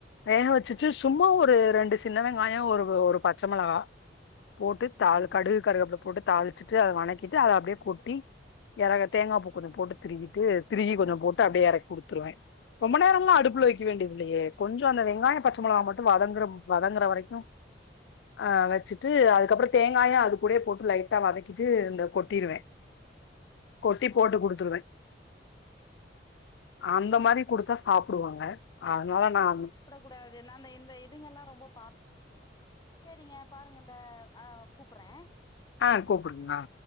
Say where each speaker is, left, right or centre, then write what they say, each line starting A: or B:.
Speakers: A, on the left; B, on the left.
A: வேகவச்சு சும்மா
B: ம்,
A: ஒரு ரெண்டு சின்ன வெங்காயம் ஒரு ஒரு பச்ச மிளகா போட்டு
B: ம்,
A: தால்
B: ம், ம்.
A: கடுவ் கருவேப்பில போட்டு தாளிச்சுட்டு அத வனக்கிட்டு அதை அப்படியே கொட்டி எறக்க தேங்கா பூ போட்டுக்கனூ திருகிட்டு திரிகி கொஞ்சொ போட்டு அப்பிடியே எறக் குடுத்திரூவேன் ரொம்ப நேரம்லா அடுப்புல
B: ஆமா
A: வைக்க வேண்டியது இல்லயே கொஞ்சோ அந்த வெங்காயோ பச்ச மிளகாய் மட்டூ வதங்கிற வதங்குற வரைக்கூ ஆ வெச்சு இட்டு
B: ஆ
A: அதுக் அப்புறோ தேங்காயூ அதுக் கூட போட்டு லைட்டா வதக்கிட்டு இந்த கொட்டிருவே கொட்டி
B: ஆ ஆ
A: போட்டு
B: ஆ.
A: குடுத்துருவே
B: சரி
A: அந்த
B: சரி சரி
A: மாதிரி கொடுத்தா சாப்பிடுவாங்க அதனால நாம்
B: கூடா இது நானு இந்த இதுங்க எல்லாம் ரொம்ப பாக் சேரிங்க பாருங்க அந்த அ கூப்பிற்றே
A: ஆ கூப்பிடுங்க ஆ